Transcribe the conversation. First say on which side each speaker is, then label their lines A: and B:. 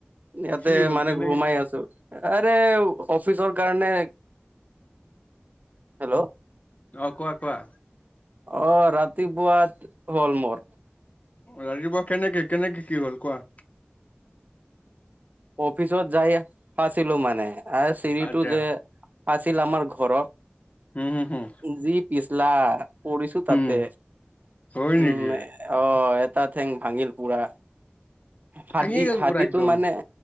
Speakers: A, on the right (about 45°); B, on the left (about 35°).
A: ইয়াতে
B: কি হ'ল
A: মানে
B: কেনেকে
A: ঘুমাই আছোঁ, আৰে অফ ফিচৰ কাৰণে, হেল্লো
B: অ, কোৱা, কোৱা
A: অ', ৰাতিপুৱাত হ'ল মোৰ।
B: ৰাতিপুৱা কেনেকে, কেনেকে কি হ'ল কোৱা।
A: অফিচত যায় আছিলোঁ মানে, আৰ চিৰিটো
B: আচ্ছা
A: যে আছিল আমাৰ ঘৰত
B: হুম, হুম, হুম
A: যি পিছলা, পৰিছো তাতে।
B: উম হয়
A: উম
B: নেকি
A: অ', এটা ঠেং ভাঙিল পুৰা,
B: ভাঙি
A: হাৰ্দি
B: গ'ল
A: হাৰ্দিটো
B: পুৰা একদম
A: মানে-